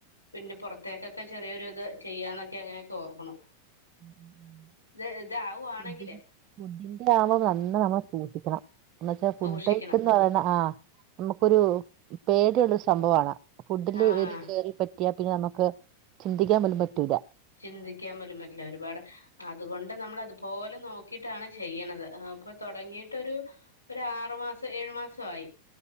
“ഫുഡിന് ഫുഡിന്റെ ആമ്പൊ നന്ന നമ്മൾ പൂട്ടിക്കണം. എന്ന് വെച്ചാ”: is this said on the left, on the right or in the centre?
Right